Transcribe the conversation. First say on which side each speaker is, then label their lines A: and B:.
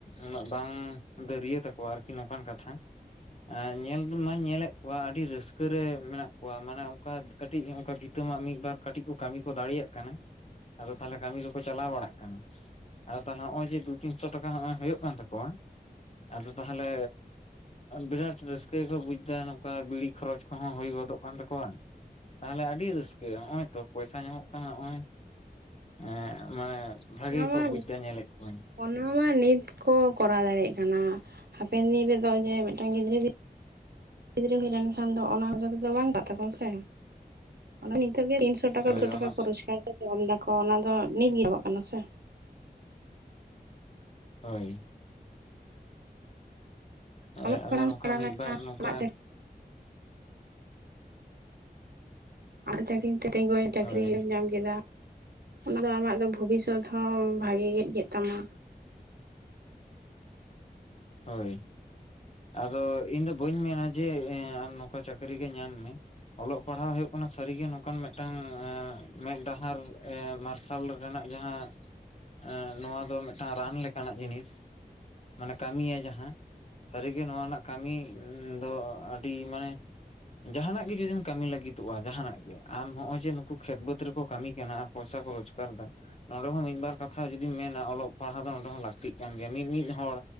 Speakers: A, on the left (about 40°); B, on the right (about 80°).
A: ᱩᱱᱟᱹᱜ ᱵᱟᱝ ᱫᱟᱹᱨᱭᱟᱹ ᱛᱟᱠᱚᱣᱟ ᱟᱨᱠᱤ ᱱᱚᱝᱠᱟᱱ ᱠᱟᱛᱷᱟ। ᱟ ᱧᱮᱞ ᱢᱟᱧ ᱧᱮᱞᱮᱫ ᱠᱚᱣᱟ ᱟᱹᱰᱤ ᱨᱟᱹᱥ ᱠᱟᱹᱨᱮ ᱢᱮᱱᱟᱜ ᱠᱚᱣᱟ ᱢᱟᱱᱮ ᱚᱱᱠᱟ ᱠᱟᱹᱴᱤᱡ ᱚᱱᱠᱟ ᱵᱤᱛᱟᱹᱢᱟᱜ ᱢᱤᱫ ᱵᱟᱨ ᱠᱟᱹᱴᱤᱡ ᱠᱚ ᱠᱟᱹᱢᱤ ᱠᱚ ᱫᱟᱲᱮᱭᱟᱜ ᱠᱟᱱᱟ᱾ ᱟᱫᱚ ᱛᱟᱦᱚᱞᱮ ᱠᱟᱹᱢᱤ ᱠᱚᱠᱚ ᱪᱟᱞᱟᱣ ᱵᱟᱲᱟᱜ ᱠᱟᱱᱟ? ᱟ ᱛᱟᱦᱚᱞᱮ ᱦᱸᱚᱜ-ᱚᱭ ᱡᱮ ᱫᱩ ᱛᱤᱱᱥᱚ ᱴᱟᱠᱟ ᱦᱚᱸᱜ-ᱚᱭ ᱦᱩᱭᱩᱜ ᱠᱟᱱ ᱛᱟᱠᱚᱣᱟ ᱟᱫᱚ ᱛᱟᱦᱚᱞᱮ ᱵᱤᱨᱟᱴ ᱨᱟᱹᱥᱠᱟᱹ ᱜᱮᱠᱚ ᱵᱩᱡ ᱮᱫᱟ ᱱᱚᱝᱠᱟ ᱵᱤᱲᱤ ᱠᱷᱚᱨᱚᱪ, ᱠᱚᱦᱚᱸ ᱦᱩᱭ ᱜᱚᱫᱚᱜ ᱠᱟᱱ ᱛᱟᱠᱚᱣᱟ᱾ ᱛᱟᱦᱟᱞᱮ ᱟᱰᱤ ᱨᱟᱹᱥᱠᱟᱹ ᱦᱚᱸᱜᱼᱚᱭ ᱛᱚ ᱯᱚᱭᱥᱟ ᱧᱟᱢᱚᱜ ᱠᱟᱱᱟ ᱦᱚᱸᱜᱼᱚᱭ᱾ ᱮᱸ ᱢᱟᱱᱮ
B: ᱚᱱᱟ
A: ᱵᱷᱟᱜᱮ ᱜᱮᱠᱚ
B: ᱢᱟ
A: ᱵᱩᱡ ᱮᱫᱟ ᱧᱮᱞᱮᱫ ᱠᱚᱣᱟᱹᱧ᱾
B: ᱚᱱᱟ ᱢᱟ ᱱᱤᱛ ᱠᱚ ᱠᱚᱨᱟᱣ ᱫᱟᱲᱭᱟᱜ ᱠᱟᱱᱟ᱾ ᱦᱟᱯᱮᱱ ᱫᱤᱱ ᱨᱮᱫᱚ ᱡᱮ ᱢᱤᱫᱴᱟᱝ ᱜᱤᱫᱽᱨᱟᱹ ᱜᱤᱫᱽᱨᱟᱹ ᱦᱩᱭ ᱞᱮᱱᱠᱷᱟᱱ ᱫᱚ ᱚᱱᱟ ᱡᱳᱨ ᱫᱚ ᱵᱟᱝ ᱪᱟᱜ ᱛᱟᱠᱚᱣᱟ ᱥᱮ᱾ ᱚᱱᱟ ᱱᱤᱛᱚᱜ ᱜᱮ ᱛᱤᱱᱥᱚ ᱴᱟᱠᱟ
A: ᱦᱳᱭ
B: ᱫᱩ
A: ᱚᱱᱟ
B: ᱴᱟᱠᱟ ᱠᱚ ᱨᱳᱡᱽᱜᱟᱨᱫᱟ ᱡᱚᱢ ᱫᱟᱠᱚ ᱚᱱᱟ ᱫᱚ ᱱᱤᱛ ᱜᱮ ᱧᱟᱢᱚᱜ ᱠᱟᱱᱟ ᱥᱮ᱾
A: ᱦᱳᱭ᱾ ᱦᱳᱭ
B: ᱚᱞᱚᱜ
A: ᱟᱫᱚ
B: ᱯᱟᱲᱦᱟᱣ
A: ᱱᱚᱝᱠᱟ
B: ᱥᱮᱬᱟ
A: ᱢᱤᱫ
B: ᱞᱮᱠᱷᱟᱱ
A: ᱵᱟᱨ ᱱᱚᱝᱠᱟ
B: ᱟᱢᱟᱜ ᱪᱟᱹᱠ ᱟᱨ ᱪᱟᱹᱠᱨᱤ <unintelligible> ᱛᱮᱤᱧᱜ ᱪᱟᱹᱠᱨᱤ
A: ᱦᱳᱭ
B: ᱧᱟᱢ ᱠᱮᱫᱟ ᱚᱱᱟ ᱫᱚ ᱟᱢᱟᱜ ᱫᱚ ᱵᱷᱚᱵᱤᱥᱥᱚᱛ ᱦᱚᱸᱻ ᱵᱷᱟᱜᱮ ᱜᱮ ᱤᱭᱟᱹᱜ ᱛᱟᱢᱟ᱾
A: ᱦᱳᱭ᱾ ᱟᱫᱚ ᱤᱧ ᱫᱚ ᱵᱟᱹᱧ ᱢᱮᱱᱟ ᱡᱮ ᱟᱢ ᱱᱚᱝᱠᱟ ᱪᱟᱹᱠᱨᱤ ᱜᱮ ᱧᱟᱢ ᱢᱮ᱾ ᱚᱞᱚᱜ ᱯᱟᱲᱦᱟᱣ ᱦᱩᱭᱩᱜ ᱠᱟᱱᱟ ᱥᱟᱹᱨᱤᱜᱮ ᱱᱚᱝᱠᱟᱱ ᱢᱤᱫᱴᱟᱝ ᱢᱮᱫ ᱰᱟᱦᱟᱨ ᱢᱟᱨᱼ ᱥᱟᱞ ᱨᱮᱱᱟᱜ ᱡᱟᱦᱟᱸ, ᱮᱸ ᱱᱚᱣᱟ ᱫᱚ ᱢᱤᱫᱴᱟᱝ ᱨᱟᱱ ᱞᱮᱠᱟᱱᱟᱜ ᱡᱤᱱᱤᱥ ᱢᱟᱱᱮ ᱠᱟᱹᱢᱤᱭᱟ ᱡᱟᱦᱟᱸ, ᱥᱟᱹᱨᱤᱜᱮ ᱱᱚᱣᱟ ᱨᱮᱱᱟᱜ ᱠᱟᱹᱢᱤ ᱫᱚ ᱟᱹᱰᱤ ᱢᱟᱱᱮᱼᱼ ᱡᱟᱦᱟᱱᱟᱜ ᱜᱮ ᱡᱩᱫᱤᱢ ᱠᱟᱹᱢᱤ ᱞᱟᱹᱜᱤᱫᱚᱜᱼᱟ ᱡᱟᱦᱟᱱᱟᱜ ᱜᱮ, ᱟᱢ ᱦᱚᱸᱜ- ᱚᱭ ᱡᱮ ᱱᱩᱠᱩ ᱠᱷᱮᱛ ᱵᱟᱹᱫᱽ ᱨᱮᱠᱚ ᱠᱟᱹᱢᱤ ᱠᱟᱱᱟ ᱯᱚᱭᱥᱟ ᱠᱚ ᱨᱳᱡᱽᱜᱟᱨ ᱫᱟ ᱱᱚᱸᱰᱮ ᱦᱚᱸ ᱢᱤᱫ ᱵᱟᱨ ᱠᱟᱛᱷᱟ ᱡᱩᱫᱤᱢ ᱢᱮᱱᱟ ᱚᱞᱚᱜ ᱯᱟᱲᱦᱟᱜ ᱫᱚ ᱱᱚᱰᱮ ᱦᱚᱸ ᱞᱟᱹᱠᱛᱤᱜ ᱠᱟᱱ ᱜᱮᱭᱟ᱾ ᱢᱤᱫᱢᱤᱫ ᱦᱚᱲᱼᱼ